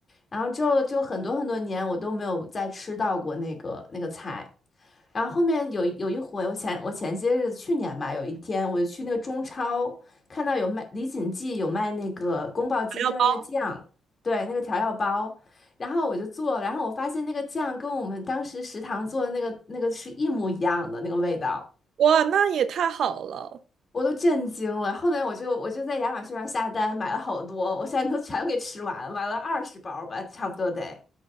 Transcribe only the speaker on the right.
材料包。
哇，那也太好了。